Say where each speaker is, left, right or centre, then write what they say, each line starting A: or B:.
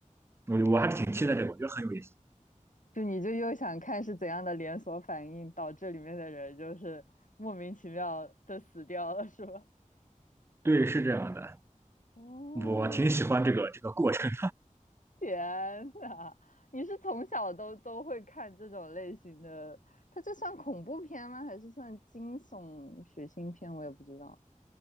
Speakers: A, on the right; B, on the left.
A: 我我还挺期待这个，我觉得很有意思。
B: 就你就又想看是怎样的连锁反应导致里面的人就是莫名其妙的死掉了，是吧？
A: 对，是这样的，
B: 哦，
A: 我挺喜欢这个这个过程，
B: 天呐，你是从小都都会看这种类型的？它这算恐怖片吗？还是算惊悚血腥片？我也不知道。